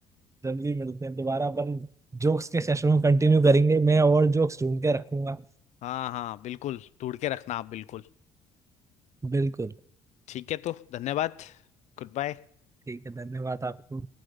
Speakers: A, on the right; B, on the left.
A: जल्दी मिलते हैं दोबारा अपन जोक्स के सेशन को कंटिन्यू करेंगे मैं और जोक्स ढूंढ के रखूंगा
B: हाँ हाँ बिल्कुल ढूंढ के रखना आप बिल्कुल
A: बिल्कुल
B: ठीक है तो धन्यवाद Good bye
A: ठीक है धन्यवाद आपको